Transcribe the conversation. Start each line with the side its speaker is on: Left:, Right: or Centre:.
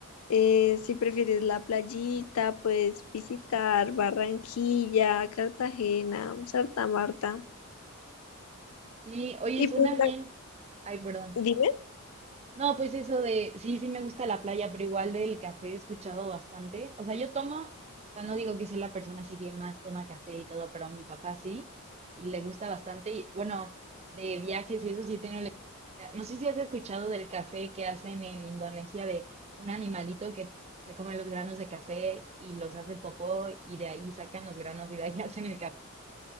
Left: Eh, si prefieres la playita, puedes visitar Barranquilla, Cartagena, Santa Marta.
Right: Sí, oye,
Left: Y
Right: suena
Left: pues,
Right: bien.
Left: la-
Right: Ay, perdón.
Left: dime.
Right: No, pues eso de, sí, sí me gusta la playa, pero igual del café he escuchado bastante. O sea, yo tomo, o sea, no digo que sea la persona así que más toma café y todo, pero a mi papá sí, y le gusta bastante. Y bueno, de viajes y eso sí tengo la experiencia. No sé si has escuchado del café que hacen en Indonesia de un animalito que se come los granos de café y los hace popó y de ahí sacan los granos y de ahí <laughs> hacen el café.